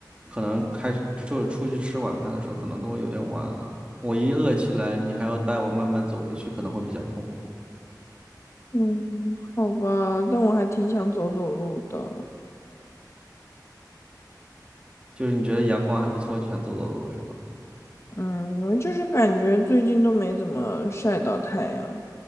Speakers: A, on the right (about 15°); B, on the left (about 40°).
A: 可能开始就是出去吃晚饭的时候，可能都会有点晚了。我一饿起来，你还要带我慢慢走过去，可能会比较痛苦。
B: 嗯，好吧，但我还挺想走走路的。
A: 就是你觉得阳光还不错，就想走走路是吧？
B: 嗯，我就是感觉最近都没怎么晒到太阳。